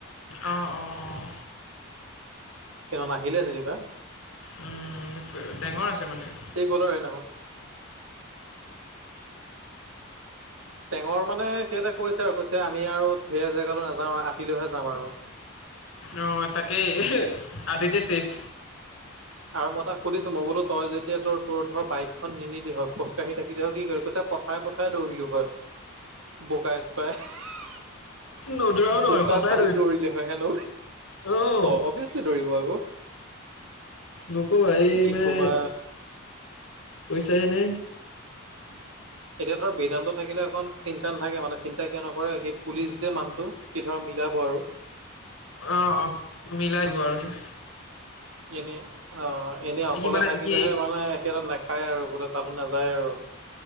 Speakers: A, on the left; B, on the right.
A: অঁ অঁ অঁ।
B: কিন্তু নাহিলে যেনিবা!
A: উম টেঙৰ আছে মানে।
B: <unintelligible> সেইদিনাখন। টেঙৰ মানে সিহঁতে কৈছে আৰু কৈছে আমি আৰু সে জেগালৈ নাযাওঁ আৰু আতিলৈহে যাম আৰু।
A: অ তাকেই এ আদিত্য চেট।
B: আৰু মই তাক সুধিছো মই বোলো তই যদ এতিয়া তোৰ তোৰ ধৰ বাইকখন নিনিলি হয় খোজকাঢ়ি থাকিলি হয় কি কৰিলি হয়? কৈছে পথাৰে পথাৰে দৌৰিলো হয়। বোকাই-চোকাই <unintelligible>
A: নদৌৰাও নহয়
B: বোকা
A: সঁচাই
B: ফালি দৌৰিলে হয় হেনো,
A: আহ
B: অ অভিয়েচলি দৌৰিব আকৌ।
A: নক'বা এই
B: কি
A: মানে
B: ক'বা
A: কৈছাহে নে?
B: <inaudible> এতিয়া ধৰ বেদান্ত থাকিলে অকণ চিন্তা নাথাকে মানে চিন্তা কিয় নকৰে, সি পুলিচ যে মানুহটো সি ধৰা মিলাব আৰু।
A: অ, অ মিলাইব আৰু সি।
B: এনে অ এনে অকলে
A: সি মানে
B: থাকিলেহে
A: কি
B: মানে সিহঁতে নাখায় আৰু বোলে তালে নাযায় আৰু।